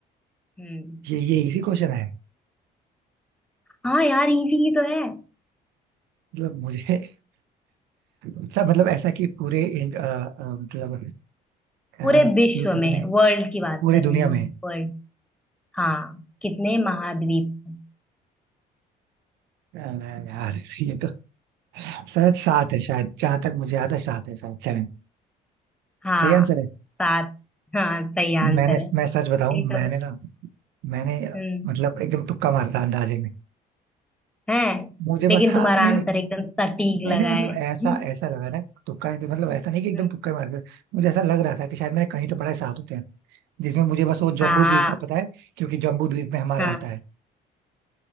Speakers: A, in the centre; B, on the right.
A: हम्म
B: ये ये इजी क्वेश्चन है
A: हाँ यार इजी ही तो है
B: मतलब मुझे <laughs> अच्छा मतलब ऐसा कि पूरे इंड, अ, अ, मतलब यार
A: पूरे
B: कुल
A: विश्व
B: कितने
A: में वर्ल्ड की बात
B: पूरी
A: कर रही
B: दुनिया
A: मैं
B: में
A: वर्ल्ड हाँ कितने महाद्वीप हैं
B: अ, यार ये तो शायद सात है शायद जहां तक मुझे याद है सात है शायद सेवन
A: हाँ
B: सही आंसर है
A: सात हाँ सही आंसर
B: मैंने
A: है
B: मैं सच बताऊं
A: ये तो
B: मैंने ना मैंने अ,
A: हम्म
B: मतलब एकदम तुक्का मारा था अंदाजे में
A: है
B: मुझे बस
A: लेकिन
B: हाँ
A: तुम्हारा
B: नहीं
A: आंसर
B: नहीं
A: एकदम सटीक
B: नहीं
A: लगा
B: नहीं मतलब
A: है
B: ऐसा
A: <laughs>
B: ऐसा लगा ना तुक्का ही तो- मतलब ऐसा नहीं कि एकदम
A: हम्म
B: तुक्का ही मार दिया मुझे ऐसा लग रहा था कि शायद मैंने कहीं तो पढ़ा है सात होते हैं जिसमें मुझे बस वो
A: हाँ
B: जम्बू द्वीप का पता है क्योंकि जम्बू द्वीप में हमारा
A: हाँ
B: आता है